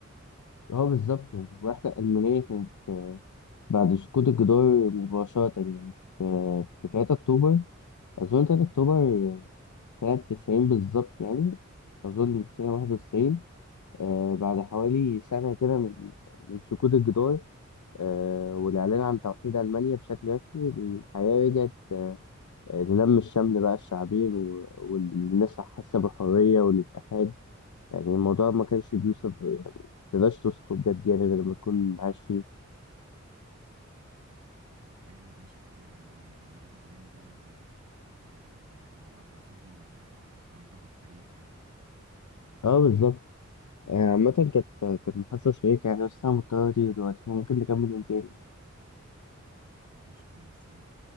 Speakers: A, on the left; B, on the right.
A: اه بالظبط يعني الوحدة الألمانية كانت آه، بعد سقوط الجدار مباشرة يعني ف- في 3 أكتوبر أظن 3 أكتوبر آه، سنة 90 بالظبط يعني أظن سنة 91 آه، بعد حوالي سنة كده من من سقوط الجدار آه، والإعلان عن توحيد ألمانيا بشكل رسمي الحياة رجعت آه، للم الشمل بقى الشعبين و- والناس حاسة بالحرية والاتحاد يعني الموضوع ما كانش بيوصف يعني متقدرش توصفه بجد يعني غير لما تكون عايش فيه
B: آه حاجة مدهشة أوي يعني جدار برلين ده آه، يعت- كان آه، من اللحظات الفارقة في التاريخ يعني
A: اه بالظبط يعني عامة كانت كانت محادثة شيقة يعني بس أنا مضطر أطير دلوقتي فممكن نكمل يوم تاني
B: قشطة مع السلامة